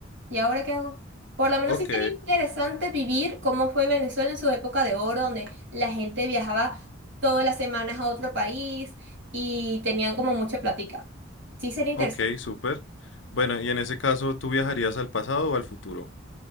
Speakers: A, on the right; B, on the left.
A: ¿y ahora qué hago? Por lo menos
B: Ok,
A: sí sería interesante vivir cómo fue Venezuela en su época de oro, donde la gente viajaba todas las semanas a otro país y tenían como mucha plática. Sí, sería interesante.
B: Ok, súper. Bueno, y en ese caso, ¿tú viajarías al pasado o al futuro?